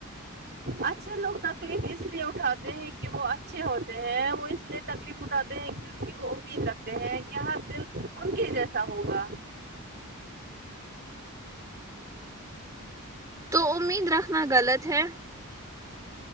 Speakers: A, on the right; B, on the right.
A: اچھے لوگ تکلیف اس لیے اٹھاتے ہیں کہ وہ اچھے ہوتے ہیں وہ اس لیے تکلیف اٹھاتے ہیں کیون کہ وہ امید رکھتے ہیں کہ ہر دل ان کے جیسا ہوگا
B: تو امید رکھنا غلط ہے